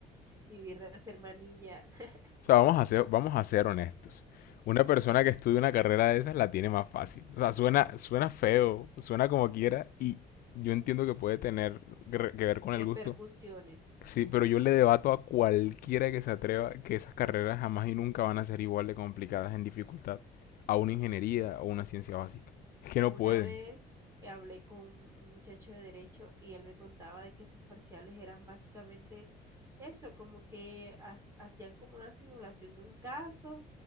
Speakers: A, on the right; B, on the left.
A: vivir de hacer manillas, <laughs>
B: O sea, vamos a ser, vamos a ser honestos. Una persona que estudia una carrera de esas la tiene más fácil. O sea, suena, suena feo, suena como quiera, y yo entiendo que puede tener que re- que ver con el
A: de
B: gusto.
A: percusiones.
B: Sí, pero yo le debato a cualquiera que se atreva que esas carreras jamás y nunca van a ser igual de complicadas en dificultad a una ingeniería o una ciencia básica. Es que no
A: Una
B: pueden.
A: vez hablé con un muchacho de derecho y él me contaba de que sus parciales eran básicamente eso, como que has- hacían como una simulación de un caso